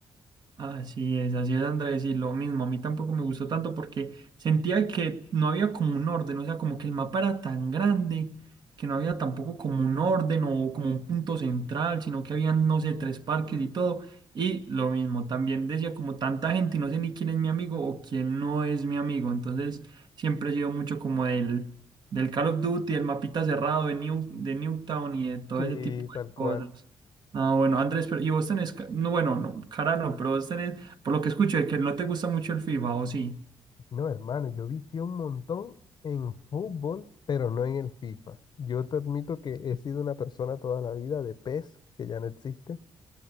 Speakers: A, on the right; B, on the left.
A: Así es, así es Andrés, y lo mismo, a mí tampoco me gustó tanto porque sentía que no había como un orden, o sea, como que el mapa era tan grande que no había tampoco como un orden o como un punto central, sino que habían, no sé, tres parques y todo, y lo mismo, también decía como tanta gente y no sé ni quién es mi amigo o quién no es mi amigo, entonces siempre he sido mucho como del, del Call of Duty, el mapita cerrado de New, de Newtown y de todo
B: Sí,
A: ese tipo
B: tal
A: de cosas.
B: cual.
A: Ah, bueno, Andrés, pero y vos tenés, ca- no, bueno, no, cara no, pero vos tenés, por lo que escucho, de que no te gusta mucho el FIFA, ¿o sí?
B: No, hermano, yo vicié un montón en fútbol, pero no en el FIFA. Yo te admito que he sido una persona toda la vida de PES, que ya no existe,